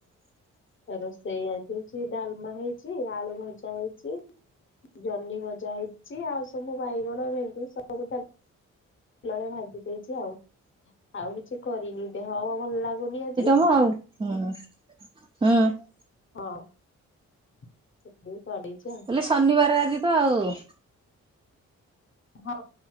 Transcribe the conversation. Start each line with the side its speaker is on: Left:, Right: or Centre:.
Left: ରୋଷେଇ ଆଜି ହେଇଛି ଡାଲମା ହେଇଛି ଆଳୁ ଭଜା ହେଇଛି ଜହ୍ନି ଭଜା ହେଇଛି ଆଉ ସବୁ ବାଇଗଣ ଭେଣ୍ଡି ସବୁ ତା ଫୁଲରେ ଭାଜି ଦେଇଛି ଆଉ ଆଉ କିଛି କରିନି ଦେହ ଭଲ ଲାଗୁନି ଆଜି।
Right: ହଁଉ ହୁଁ ହୁଁ।
Left: ହଁ ସେଥି ପାଇଁ ପଳେଇଚ ଆଉ
Right: ମୁଁ କହିଲି ଶନିବାର ଆଜି ତ ଆଉ।
Left: ହଁ